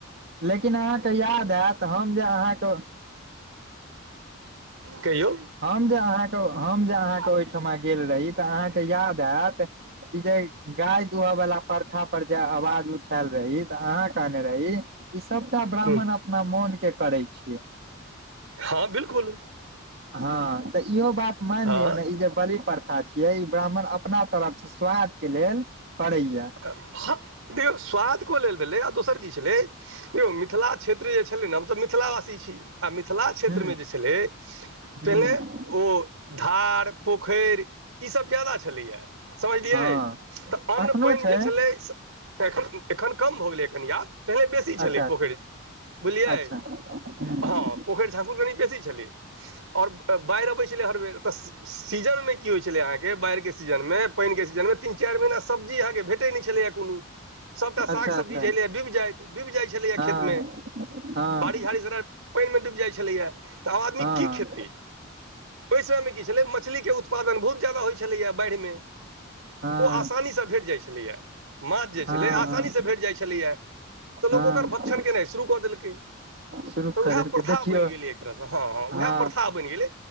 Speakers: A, on the right; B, on the right.
A: लेकिन अहाँके याद आयत हम जे अहाँके।
B: कहियौ।
A: हम जे अहाँके हम जे अहाँके
B: आप
A: ओहिठमा गेल रही तऽ अहाँके याद आयत। ई जे गाय दुह वालला परखा पर जे आवाज उठायल रही तऽ अहाँ कहने रहहि। ई सबटा ब्राह्मण
B: हूँ
A: अपना मोन के करे छिये।
B: हँ बिलकुल।
A: हँ तऽ इहो बात मान
B: हँ
A: लियौ ने ई जे बलि प्रथा छै। ई ब्राह्मण अपना तरफ से स्वाद के लेल करे या।
B: हाक देखियौ स्वाद को लेल भेलै आ दोसर की छलै। यौ मिथिला क्षेत्र जे छलै ने हमसभऽ मिथिलावासी छी। आ मिथिला क्षेत्रमे
A: ह
B: जे छलै
A: ह
B: पहिले। ओ धार पोखरि ईसभ ज्यादा छलैए। समझलियै
A: हँ
B: तऽ अन्न।
A: एखनो
B: पानि
A: छै
B: जे छलै एखन कम भऽ गेलै कन आब। पहिले बेसी छलै
A: अच्छा
B: पोखरि बुझलियै
A: अच्छा ह
B: हँ। पोखरि झाँकुर कनि बेसी छलै। आओर बाढ़ि अबैत छलै हर बेर तऽ सीजनमे की होइत छलै अहाँके बाढ़िके सीजनमे। पानिके छै जानमे तीन चारि महिना सब्जी अहाँकेँ भेटैत नहि छलैएा कोनो। सभटा
A: अच्छा
B: साग सब्जी
A: अच्छा
B: जे छलैए डुबि जाइत डुबि जाइत छलैए
A: हँ
B: खेतमे।
A: हँ
B: बारिश झाड़िश पानिमे डूबि जाइत छलैए तऽ आब आदमी
A: हँ
B: की खेतै। ओहि समयमे की छलै मछलीके उत्पादन बहुत ज्यादा होइत छलैएा बाढ़िमे।
A: हँ
B: ओ आसानीसँ भेट जाइत छै। ह माछ जे छलै
A: हँ हँ
B: आसानी से भेट जाइ छलैयै तऽ लोक
A: हँ
B: ओकर भक्त। केनाइ शुरू कऽ देलकै
A: शुरू
B: तऽ
A: क
B: उएह
A: देलकै
B: प्रथा
A: देखियौ
B: बनि गेलै एक तरह हँ
A: हँ
B: उएह प्रा। बनि गेलै।